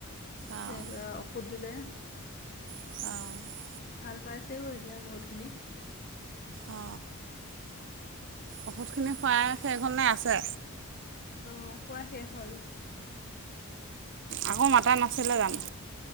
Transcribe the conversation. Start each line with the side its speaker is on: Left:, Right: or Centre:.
Right: অঁ
Left: এই যে ঔষধ দিলে।
Right: অঁ'
Left: ভাল পাইছেগৈ এতিয়া বহুতখিনি।
Right: অ ঔষুধ খিনি খোৱাই শেষ হল নে আছে?
Left: অ খোৱা শেষ হ'ল।
Right: আকৌ মাতা নাছিলে জানো?